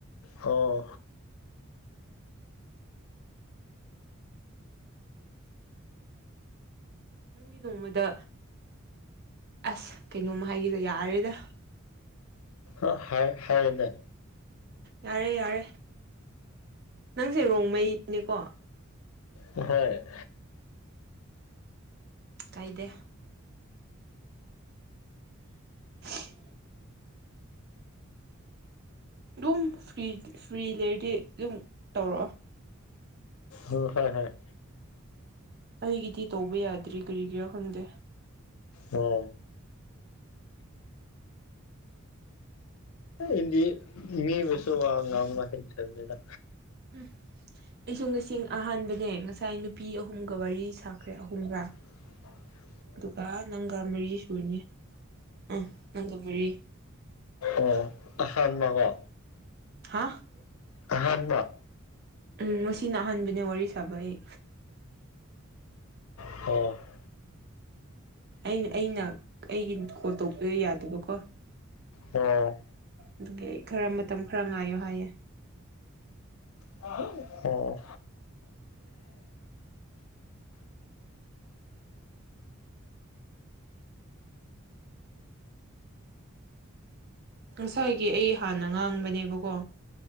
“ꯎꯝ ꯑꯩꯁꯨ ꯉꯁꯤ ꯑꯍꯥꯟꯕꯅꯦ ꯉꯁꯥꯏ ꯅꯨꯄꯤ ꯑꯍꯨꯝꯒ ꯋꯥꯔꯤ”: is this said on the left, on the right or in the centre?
Right